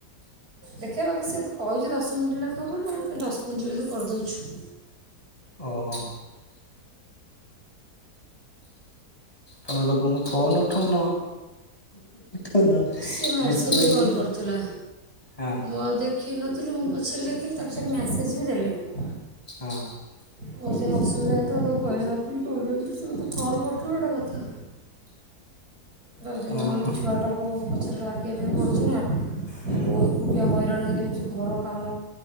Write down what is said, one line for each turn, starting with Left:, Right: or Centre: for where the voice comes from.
Right: ଦେଖେଇବ କି ସିଏ ତ କହିଚି ଦଶ ମିନିଟ ଲେଖା ବୋଲି ସେ ଦଶ ମିନିଟରେ ବି କରିଦୋଉଚୁ।
Left: ଓହୋ। ତମେ ଲୋକଙ୍କୁ ଫୋନ ଉଠଉନ। ଦିନ
Right: ସିଏ ହ୍ୱାଟ୍ସଆପ୍ରେ
Left: ଜିତିଲ
Right: କଲ୍ କରିଥିଲା
Left: ହଁ।
Right: ମୁଁ ଆଉ ଦେଖି ନଥିଲି ମୁଁ ପଛରେ ଦେଖିଲି ତାପରେ ସେଠୁ ମ୍ୟାସେଜ୍ ବି ଦେଲେନି।
Left: ହଁ।
Right: ଯଦି ଅସୁବିଧା ହେଇଥିବ ତାକୁ କହିଲେ ଆଉ <unintelligible> ସେ ମତେ କଲ୍ କରିଥିଲ ଗୋଟେ କଥା। ତ ଦିନ
Left: ଓହୋ
Right: ମାନେ ଛୁଆଟା କୁ ପଛରେ ଲାଗିବା ପାଇଁ ପଡୁ଼ଚି ନା।
Left: ହୁଁ।
Right: ବୋଉ ଏକୁଟିଆ ହଇରାଣ ହେଇଯାଉଛି ଘର କାମ